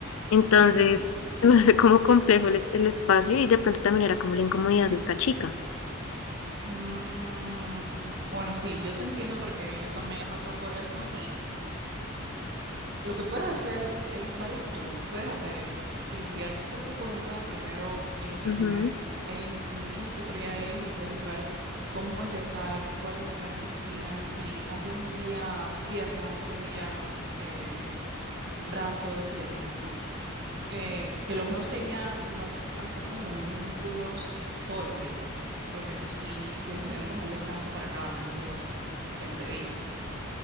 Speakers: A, on the left (about 70°); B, on the right (about 50°).
A: Entonces
B: mm,
A: <laughs> se vuelve como complejo el, es- el espacio y de pronto también era como la incomodidad de esta chica.
B: mm. Bueno, sí, yo te entiendo porque yo también he pasado por eso Lo que puedes hacer, hay varias opciones. Puedes hacer es investigar por tu cuenta, primero en internet.
A: Ujú,
B: Hay muchos tutoriales y puedes buscar cómo empezar, cuáles serían las rutinas, si haces un día pierna, otro día eh, brazos y así, ¿no? Eh, que lo mejor sería no hacer como los mismos músculos todos los días, porque eso sí, tienes que tener como un descanso para cada músculo entre días,